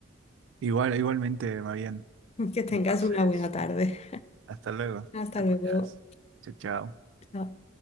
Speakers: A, on the right; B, on the left.
A: Igual, igualmente, Marian.
B: <laughs> Que tengas
A: Entonces,
B: una buena tarde.
A: hasta luego.
B: Hasta
A: Te
B: luego.
A: cuidas. Chao, chao.
B: Chao.